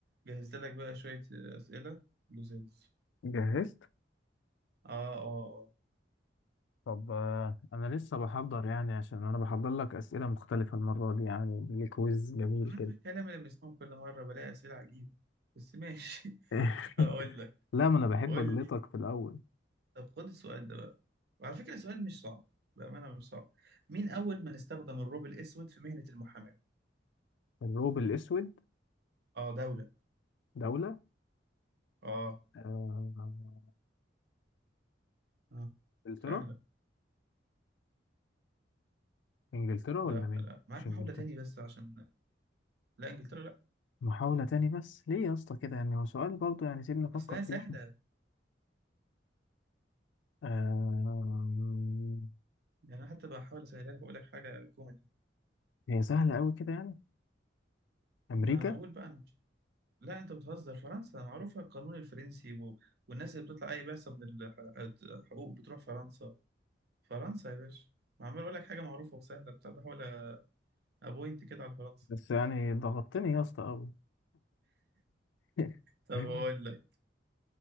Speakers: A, on the right (about 60°); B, on the left (about 85°).
A: جهزت لك بقى شوية أسئلة لزاز
B: جهزت
A: آه آه
B: طب آه، انا لسه بحضر يعني عشان انا بحضر لك اسئله مختلفه المره دي يعني ليه كويز جميل
A: آه
B: كده
A: أنت الكلام اللي بنسمعه كل مرة بلاقي أسئلة عجيبة بس ماشي
B: <laughs>
A: <laughs> هقول لك
B: لا ما انا بحب
A: قول
B: اجلطك
A: لي
B: في الاول
A: طب خد السؤال ده بقى وعلى فكرة السؤال مش صعب بأمانة مش صعب مين أول من استخدم الروب الأسود في مهنة المحاماة؟
B: الروب الاسود
A: آه دولة
B: دوله
A: آه
B: آه،
A: آه
B: انجلترا
A: سهلة
B: انجلترا ولا
A: لا
B: مين
A: لا معاك
B: مش انجلترا
A: محاولة تاني بس عشان لا إنجلترا لا
B: محاوله تاني بس ليه يا اسطى كده يعني هو سؤال برضه يعني سيبني افكر
A: أصلها
B: فيه
A: سهلة
B: شويه آه،
A: يعني أنا حتى بحاول أسهلها لك وأقول لك حاجة كوميدي
B: هي سهله قوي كده يعني امريكا
A: ما أقول بقى أنا لا انت بتهزر فرنسا معروفه القانون الفرنسي و... والناس اللي بتطلع اي بعثه من الحقوق بتروح فرنسا فرنسا يا باشا ما عمال اقول لك حاجه معروفه وسهله بتاع بحاول ابوينت كده على فرنسا
B: بس يعني ضغطتني يا اسطى قوي <laughs>
A: طب اقول لك